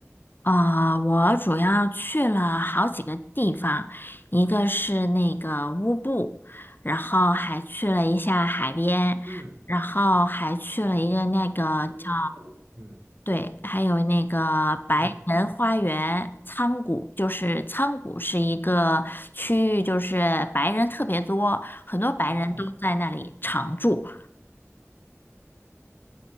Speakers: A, on the left (about 40°); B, on the right (about 50°).
A: 啊、我主要去了好几个地方，一个是那个乌布，然后还去了一下海边，
B: 嗯，
A: 然后还去了一个那个叫，
B: 乌布，嗯
A: 对，还有那个白人花园仓谷，
B: 嗯，
A: 就是仓谷是一个区域，就是白人特别多，很多白人都在那里常住。
B: 哦